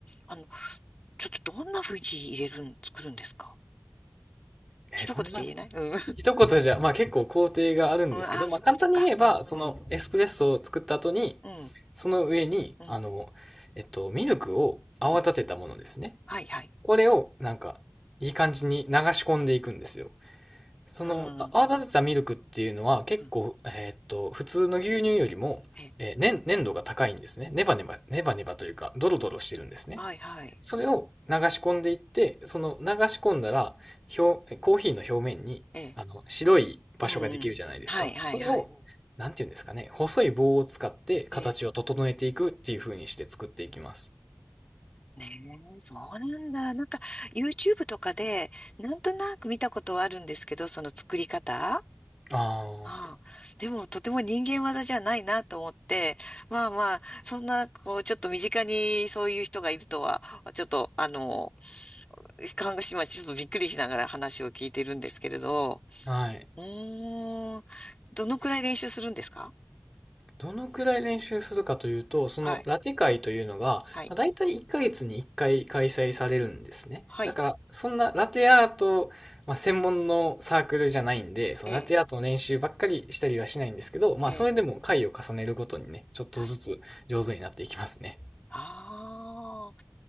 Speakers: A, on the left (about 25°); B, in the centre.
A: あの、ちょっとどんな風に入れるん、作るんですか
B: えーどんな、
A: 一言じゃ言えないうん。
B: 一言じゃ、
A: <laughs>
B: まあ結構工程があるんですけど、
A: うん、ああ、
B: まあ簡単に言えば、
A: そっかそっか。うん、
B: そのエスプレッソを作った後に、
A: うん、うん、
B: その上に、
A: うん、
B: あの、えっと、ミルクを泡立てたものですね。
A: うん。はい、はい。
B: これを、なんか、いい感じに流し込んでいくんですよ。その、
A: うん、
B: あ泡立てたミルクっていうのは結構、
A: うん、うん。
B: えーっと、普通の牛乳よりも、
A: え、
B: えー粘粘度が高いんですね。ネバネバ、ネバネバというか、ドロドロしてるんですね。
A: はい、はい。
B: それを流し込んでいって、その流し込んだら、表、コーヒーの表面に、
A: え、
B: あの、白い場所ができるじゃないですか。
A: うん、うん。はい、はい、
B: それを、
A: はい。
B: なんていうんですかね、細い棒を使って形を整えていくっていう風にして作っていきます。
A: ええねえ、そうなんだ。なんか、YouTube とかで、なんとなく見たことはあるんですけど、その作り方。
B: あ
A: ああ、でも、とても人間技じゃないなと思って、まあまあ、そんな、こう、ちょっと身近にそういう人がいるとは、ちょっと、あの、看護師はちょっとびっくりしながら話を聞いてるんですけれど、
B: あ、はい。
A: うーん、どのくらい練習するんですか
B: どのくらい練習するかというと、そのラテ会というのが、
A: はい、はい、
B: まあ、大体1ヶ月に1回開催されるんですね。
A: はい、
B: だから、そんなラテアート、まあ、専門のサークルじゃないんで、そのラテアートの練習ばっかりしたりはしないんですけど、
A: ええ、
B: まあ、
A: ええ、
B: それでも回を重ねるごとにね、ちょっとずつ上手になっていきますね。
A: はい。ああ。